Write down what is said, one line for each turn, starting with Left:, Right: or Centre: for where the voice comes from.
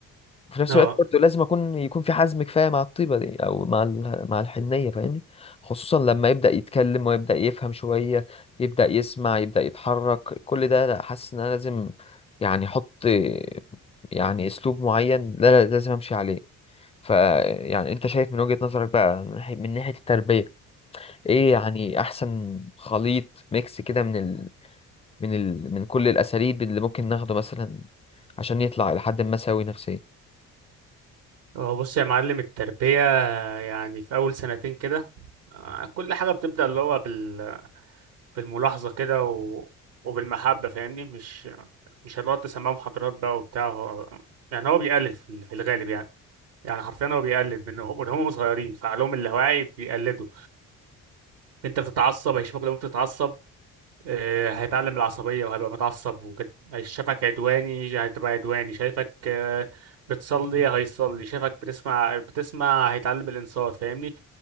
Left: في نفس
Right: اه
Left: الوقت برضه لازم اكون يكون في حزم كفايه مع الطيبه دي او مع ال- مع الحنيه فاهمني خصوصا لما يبدا يتكلم ويبدا يفهم شويه يبدا يسمع يبدا يتحرك كل ده لا حاسس ان انا لازم يعني احط يعني اسلوب معين لا لا لازم امشي عليه ف يعني انت شايف من وجهه نظرك بقى من ناحيه من ناحية التربيه ايه يعني احسن خليط ميكس كده من ال... من ال... من كل الاساليب اللي ممكن ناخده مثلا عشان يطلع لحد ما سوي نفسيا
Right: اه بص يا معلم التربية يعني في أول سنتين كده آه، كل حاجة بتبدأ اللي هو بال... بالملاحظة كده و... وبالمحبة فاهمني مش مش هتقعد تسمعه محاضرات بقى وبتاع هو... يعني هو بيقلد في ال- في الغالب يعني يعني حرفيا هو بيقلد من هم- من هم صغيرين فعقلهم اللاواعي بيقلدوا انت بتتعصب هيشوفك لو انت بتتعصب آه، هيتعلم العصبية وهيبقى متعصب وكده هيشوفك عدواني هتبقى عدواني شايفك آه، بتصلي هيصلي شايفك بتسمع بتسمع هيتعلم الإنصات فاهمني